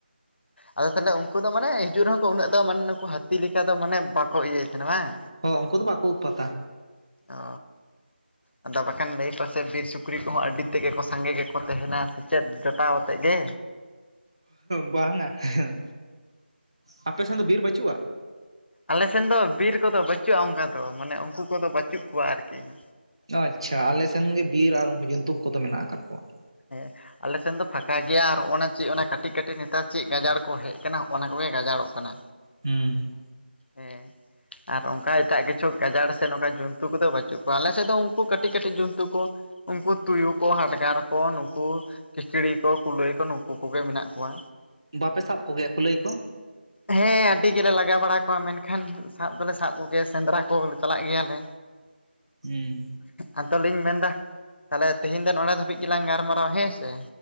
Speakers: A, on the left (about 75°); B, on the right (about 30°).
A: ᱟᱫᱚ ᱛᱟᱦᱚᱞᱮ ᱩᱱᱠᱩ ᱫᱚ ᱢᱟᱱᱮ ᱦᱤᱡᱩᱜ ᱨᱮᱦᱚᱸ ᱠᱚ ᱩᱱᱟᱹᱜ ᱫᱚ ᱢᱟᱱᱮ ᱱᱩᱠᱩ ᱦᱟᱹᱛᱤ ᱞᱮᱠᱟ ᱫᱚ ᱢᱟᱱᱮ ᱵᱟᱠᱚ ᱤᱭᱟᱹᱭ ᱛᱟᱦᱮᱱᱟ ᱵᱟᱝ᱾
B: ᱦᱚᱸ ᱩᱱᱠᱩ ᱫᱚ ᱵᱟᱠᱚ ᱩᱛᱯᱟᱛᱟ᱾
A: ᱚᱻ ᱟᱫᱚ ᱵᱟᱠᱷᱟᱱ ᱞᱟᱹᱭ ᱯᱟᱥᱮᱡ ᱵᱤᱨ ᱥᱩᱠᱨᱤ ᱠᱚᱦᱚᱸ ᱟᱹᱰᱤ ᱛᱮᱫᱜᱮ ᱠᱚ ᱥᱟᱸᱜᱮ ᱜᱮᱠᱚ ᱛᱟᱦᱮᱱᱟ ᱥᱮᱪᱮᱫ ᱡᱚᱴᱟᱣ ᱟᱛᱮᱫ ᱜᱮ᱾
B: ᱵᱟᱝᱼᱟ ᱦᱮ ᱟᱯᱮᱥᱮᱱ ᱫᱚ ᱵᱤᱨ ᱵᱟᱹᱪᱩᱜᱼᱟ?
A: ᱟᱞᱮᱥᱮᱱ ᱫᱚ ᱵᱤᱨ ᱠᱚᱫᱚ ᱵᱟᱹᱪᱩᱜᱼᱟ ᱚᱱᱠᱟ ᱫᱚ ᱢᱟᱱᱮ ᱩᱱᱠᱩ ᱠᱚᱫᱚ ᱵᱟᱟᱹᱪᱩᱜ ᱠᱚᱣᱟ ᱟᱨᱠᱤ ᱾
B: ᱟᱪᱪᱷᱟ ᱟᱞᱮᱥᱮᱱ ᱜᱮ ᱵᱤᱨ ᱟᱨ ᱩᱱᱠᱩ ᱡᱚᱱᱛᱩ ᱠᱚᱫᱚ ᱢᱮᱱᱟᱜ ᱟᱠᱟᱫ ᱠᱚᱣᱟ ᱾
A: ᱦᱮᱸᱼᱼ ᱟᱞᱮᱥᱮᱱ ᱫᱚ ᱯᱷᱟᱠᱟ ᱜᱮᱭᱟ ᱟᱨ ᱚᱱᱟ ᱪᱮᱫ ᱚᱱᱟ ᱠᱟᱹᱴᱤᱡ ᱠᱟᱹᱴᱤᱡ ᱱᱮᱛᱟᱨ ᱪᱮᱫ ᱜᱟᱡᱟᱲ ᱠᱚ ᱦᱮᱡ ᱟᱠᱟᱱᱟ ᱚᱱᱟ ᱠᱚᱜᱮ ᱜᱟᱡᱟᱲᱚᱜ ᱠᱟᱱᱟ᱾
B: ᱦᱮᱸ
A: ᱦᱮᱸ ᱟᱨ ᱚᱱᱠᱟ ᱮᱴᱟᱜ ᱠᱤᱪᱷᱩ ᱜᱟᱡᱟᱲ ᱥᱮ ᱱᱚᱝᱼᱠᱟ ᱡᱚᱱᱛᱩ ᱠᱚᱫᱚ ᱵᱟᱪᱩᱜ ᱠᱚᱣᱟ ᱟᱞᱮ ᱥᱮᱫ ᱫᱚ ᱩᱱᱠᱩ ᱠᱟᱹᱴᱤᱡ ᱠᱟᱹᱴᱤᱡ ᱡᱚᱱᱛᱩ ᱠᱚ, ᱩᱱᱠᱩ ᱛᱩᱭᱩ ᱠᱚ ᱦᱟᱰᱜᱟᱨ ᱠᱚ ᱱᱩᱠᱩ᱾ ᱠᱷᱤᱠᱲᱤ ᱠᱚ ᱠᱩᱞᱟᱹᱭ ᱠᱚ ᱱᱩᱠᱩ ᱠᱚᱜᱮ ᱢᱮᱱᱟᱜ ᱠᱚᱣᱟ᱾
B: ᱵᱟᱯᱮ ᱥᱟᱵ ᱠᱚᱜᱮᱭᱟ ᱠᱩᱞᱟᱹᱭ ᱠᱚ?
A: ᱦᱮᱸ ᱟᱹᱰᱤ ᱜᱮᱞᱮ ᱞᱟᱜᱟ ᱵᱟᱲᱟ ᱠᱚᱣᱟ ᱢᱮᱱᱠᱷᱟᱱ ᱥᱟᱵ ᱫᱚᱞᱮ ᱥᱟ ᱥᱟᱵ ᱠᱚᱜᱮ ᱥᱮᱸᱫᱽᱨᱟ ᱠᱚ ᱪᱟᱞᱟᱜ ᱜᱮᱭᱟᱞᱮ᱾
B: ᱦᱮᱸ
A: ᱟᱫᱚᱞᱤᱧ ᱢᱮᱱᱫᱟ ᱛᱟᱦᱚᱞᱮ ᱛᱮᱦᱮᱧ ᱫᱚ ᱱᱚᱰᱮ ᱫᱷᱟᱹᱵᱤᱡ ᱜᱮᱞᱟᱝ ᱜᱟᱞ ᱢᱟᱨᱟᱣᱟ ᱦᱮᱸ ᱥᱮ?